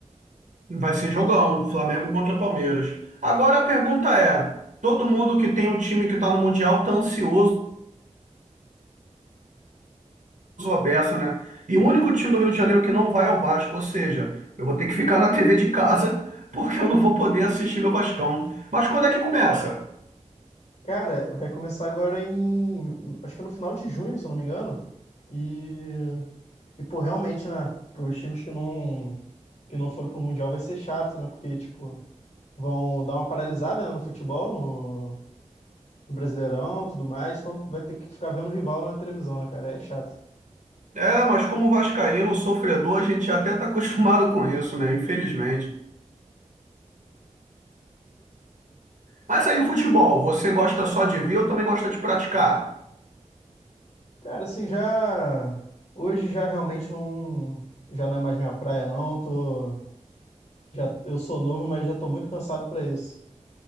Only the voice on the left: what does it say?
Cara, vai começar agora em. Acho que é no final de junho, se eu não me engano. E. E, pô, realmente, né? Para os times que não, que não foram pro Mundial vai ser chato, né? Porque, tipo, vão dar uma paralisada, né, no futebol, no, no Brasileirão, tudo mais. Então vai ter que ficar vendo o rival na televisão, né, cara? É chato.
Cara, assim, já. Hoje já realmente não. Já não é mais minha praia, não. Tô, Já, eu sou novo, mas já tô muito cansado pra isso.